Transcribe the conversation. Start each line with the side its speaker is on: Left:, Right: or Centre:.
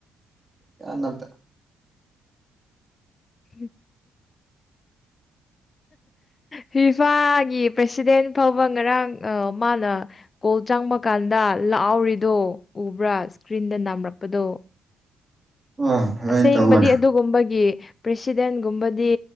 Right: ꯀꯥꯟꯅꯕꯗ
Left: ꯍꯝ ꯐꯤꯐꯥꯒꯤ ꯄ꯭ꯔꯁꯤꯗꯦꯟ ꯐꯥꯎꯕ ꯉꯔꯥꯡ ꯃꯥꯅ ꯀꯣꯜ ꯆꯪꯕ ꯀꯥꯟꯗ ꯂꯥꯛꯍꯎꯔꯤꯗꯣ ꯎꯕ꯭ꯔꯥ ꯏꯁꯀ꯭ꯔꯤꯟꯗ ꯅꯝꯔꯛꯄꯗꯣ
Right: ꯑ ꯑꯗꯨꯃꯥꯏꯅ
Left: ꯑꯁꯦꯡꯕꯗꯤ
Right: ꯇꯧꯕꯅ
Left: ꯑꯗꯨꯒꯨꯝꯕꯒꯤ ꯄ꯭ꯔꯦꯁꯤꯗꯦꯟꯒꯨꯝꯕꯗꯤ